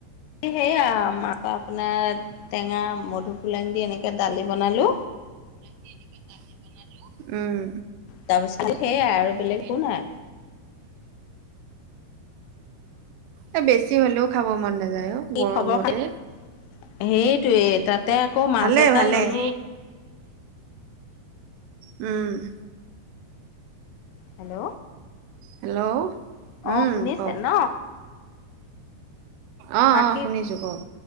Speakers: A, on the left; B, on the right.
A: সেইয়া মাক ব্লাদ টেঙা মধু পোলেং দি এনেকে দালি বনালো।
B: দি দিবি দালিত। হেল্ল উম।
A: তাপাছতো সেয়াই আৰু। বেলেগ
B: <unintelligible>
A: একো নাই
B: অ বেছি হ'লেও। খাব মন নাযায় অ।
A: কি
B: গৰমতে
A: খবৰ খাতি <unintelligible> সেইটোৱে তাতে আকৌ
B: ভালেই
A: মাছ এটা
B: ভালেই
A: ললোঁ।
B: উম।
A: হেল্ল'।
B: হেল্ল' উম
A: অ শুনিছে
B: কওক
A: ন,
B: অ
A: বাকী
B: অ শুনিছোঁ কওঁক।